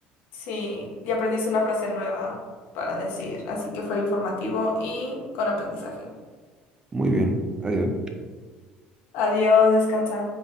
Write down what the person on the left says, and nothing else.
Sí, y aprendiste una frase nueva para decir, así que fue informativo y con aprendizaje.
Adiós, descansa.